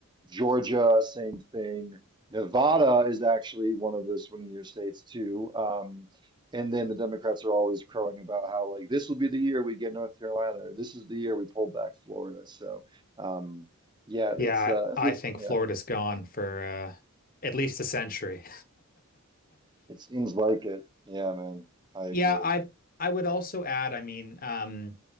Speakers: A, on the right; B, on the left.
A: Georgia, same thing. Nevada is actually one of the swingier states too. Um, and then the Democrats are always crowing about how like this will be the year we get North Carolina, or this is the year we pull back Florida. So, um, yeah,
B: Yeah,
A: it's uh, it's
B: I
A: a-
B: think
A: yeah.
B: Florida's gone for uh, at least a century.
A: It seems like it. Yeah, man. I agree.
B: Yeah, I I would also add, I mean, um,